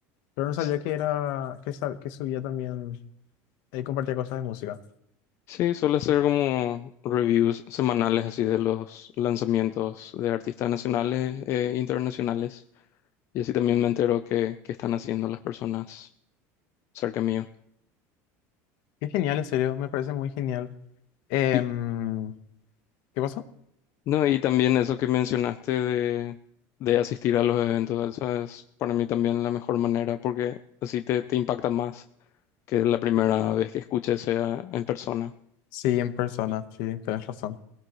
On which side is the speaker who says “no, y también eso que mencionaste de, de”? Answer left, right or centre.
Left